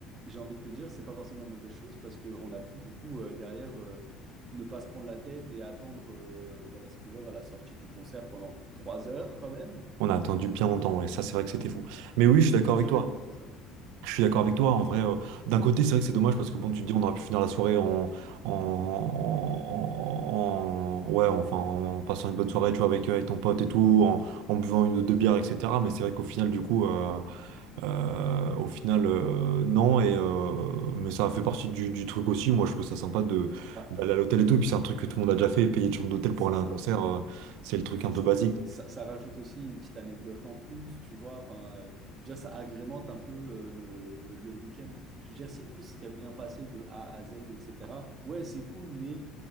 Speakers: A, on the right; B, on the right.
A: j'ai envie de te dire, c'est pas forcément une mauvaise chose parce qu'on a pu, du coup, euh, derrière, euh, ne pas se prendre la tête et attendre euh, voilà, Sliver à la sortie du concert pendant trois heures quand même,
B: On a attendu bien longtemps, ouais, ça c'est vrai que c'était fou.
A: deux,
B: Mais oui, je suis d'accord
A: deux
B: avec
A: heures
B: toi.
A: et demie, trois heures. ouais.
B: Je suis d'accord avec toi. En vrai, euh, d'un côté, c'est vrai que c'est dommage parce que bon, tu te dis, on aurait pu finir la soirée en, en, en- en- ouais, enfin, en passant une bonne soirée, tu vois, avec, euh, avec ton pote et tout, en, en buvant une ou deux bières, etc. Mais c'est vrai qu'au final, du coup, euh, euh, au final, euh, non. Et euh, mais ça fait partie du, du truc aussi. Moi, je trouve ça sympa de
A: Ah,
B: d'aller à l'hôtel et tout. Et puis c'est un truc que tout le monde a déjà fait, payer une chambre d'hôtel
A: c'est
B: pour aller
A: ça.
B: à un concert, euh, c'est le truc
A: Puis
B: un
A: je
B: peu
A: trouve
B: basique.
A: que ça, ça rajoute aussi une petite anecdote en plus, tu vois. Enfin, euh, je veux dire, ça agrémente un peu euh, le, le week-end. Je veux dire, si tout serait bien passé de A à Z, etc., ouais, c'est cool, mais